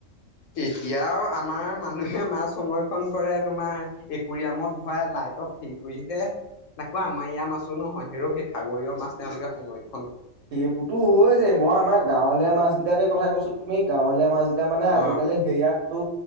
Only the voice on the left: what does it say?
এতিয়াও আমাৰ মানুহে মাছ সংৰক্ষণ কৰে, তোমাৰ একুৰিয়ামত ভৰায় লাইটত <unintelligible> <unintelligible> তাকো আমা ইয়াৰ মাছো নহয়, হেৰৌ সেই সাগৰীয় মাছ তেওঁলোকে সংৰক্ষ
অ